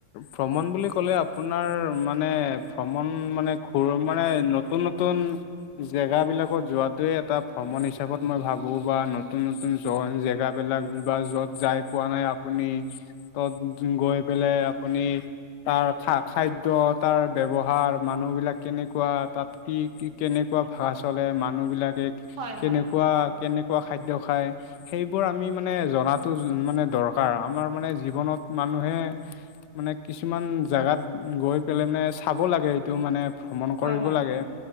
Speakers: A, on the left; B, on the right.
A: ভ্ৰমণ বুলি ক'লে আপোনাৰ মানে ভ্ৰমণ মানে ঘুৰ মানে নতুন নতুন জেগাবিলাকত যোৱাটোৱে এটা ভ্ৰমণ হিচাপত মই ভাবো বা নতুন নতুন তন জেগাবিলাক বা য'ত যাই পোৱা নাই আপুনি তত গৈ পেলাই আপুনি তাৰ খা-খাদ্য তাৰ ব্যৱহাৰ মানুহ বিলাক কেনেকুৱা তাত কি কি কেনেকুৱা ভাষা চলে মানুহবিলাকে
B: হয়,
A: কেনেকুৱা
B: হয়, হয়,
A: কেনেকুৱা খাদ্য খাই সেইবোৰ আমি মানে জনাতো মানে দৰকাৰ। অ আমাৰ মানে জীৱনত মানুহে মানে কিছুমান জাগাত গৈ পেলাই মানে চাব লাগে সেটো মানে ভ্ৰমণ
B: হয়,
A: কৰিব
B: হয়,
A: লাগে